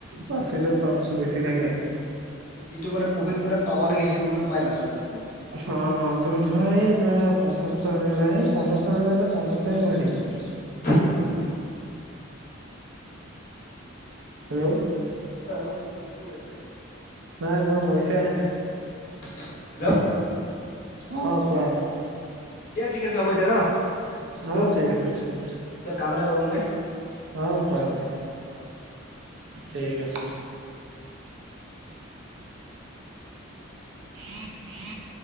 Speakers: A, on the right; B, on the left.
A: বাচি যোৱাৰ চাঞ্চটো বেছি থাকে।
B: যিটো মানে প্ৰফিট মানে পাব লাগে সেইটো মানে পাই লাষ্টতে ক'ব গলে।
A: অ' তুমি ধৰা এই ধৰা পঞ্চাশটা আনিলে এই পঞ্চাশটা আনিলে যে পঞ্চাশটাই মৰি থাকিব।
B: হয় মানে
A: হেল্ল'
B: এইবিলাক বস্তু মানে অলপ হেৰি কৰে বাৰু।
A: নাই তোমাৰ ভইচে আহা নাই।
B: <unintelligible>
A: অ' কোৱা?
B: দিয়া ঠিক আছে হ'ব দিয়া ন' ৰাখিছোঁ।
A: অ', ঠিক আছে ঠিক আছে
B: মই এতিয়া কাম এটা কৰোঁ মানে।
A: অ' কৰাগে,
B: অ দিয়া দিয়া ঠিক আছে হ'ব দিয়া।
A: ঠিক আছে। <inaudible>